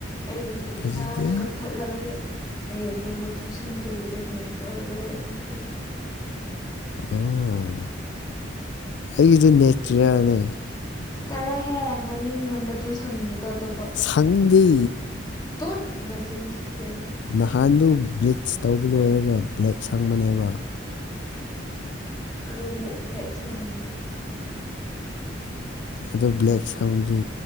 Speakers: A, on the left; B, on the left.
A: ꯑꯩꯒꯤꯗꯤ
B: ꯐꯖꯗꯦ
A: ꯍꯟꯅ ꯀꯛꯊꯠꯂꯒ ꯂꯩ ꯂꯩꯕꯗꯣ ꯃꯆꯨ ꯁꯪꯗꯕꯤꯗ ꯅꯦꯆꯔꯦꯜ ꯂꯩꯕꯗꯣ ꯐꯖꯩ
B: ꯑꯣ ꯑꯩꯗꯤ ꯅꯦꯆꯔꯌꯥꯅꯦ
A: ꯆꯂꯍꯦ ꯃꯅꯤꯡꯗ ꯃꯆꯨ ꯁꯪꯉꯦꯗꯣ ꯑꯇꯣꯞꯄ꯫
B: ꯁꯟꯗꯤ꯫
A: ꯇꯨꯠ ꯅꯆꯤꯟ ꯊꯤꯒꯅꯨ꯫
B: ꯅꯍꯥꯟꯗꯨ ꯕ꯭ꯂꯤꯆ ꯇꯧꯕ ꯂꯣꯏꯔꯒ ꯕ꯭ꯂꯦꯛ ꯁꯪꯕꯅꯦꯕ꯫
A: ꯑꯗꯨ ꯑꯃꯨꯛ ꯕ꯭ꯂꯦꯛ ꯁꯪꯉꯣꯗꯨꯗꯤ꯫
B: ꯑꯗꯨ ꯕ꯭ꯂꯦꯛ ꯁꯪꯕꯗꯨ